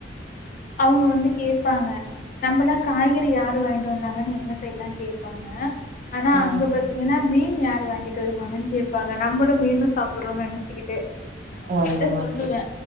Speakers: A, on the left; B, on the right.
A: அவுங்க வந்து கேப்பாங்க நம்மல்லா காய்கறி யாரு வாங்கிட்டு வந்தாங்கன் எங்க சைடுல்லா கேப்பாங்க ஆனா
B: ம்.
A: அங்க பத் த்தீங்கன்னா மீன் யாரு வாங்கிட்டு வருவாங்கன்னு கேப்பாங்க நம்மளு மீனு சாப்படுறோனு நனைச்சுக்கிட்டு நா அவுங்ககிட்ட
B: ஓ! அந்த மாதிரி.
A: சொல்லுவ